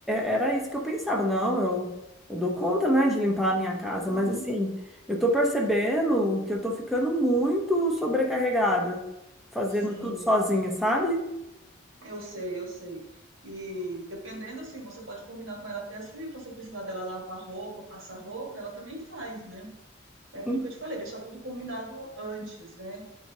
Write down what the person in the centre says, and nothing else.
é- era isso que eu pensava. Não, eu, eu dou conta, né, de limpar a minha casa,
mas assim, eu tô percebendo que eu tô ficando muito sobrecarregada, fazendo
tudo sozinha, sabe?
En-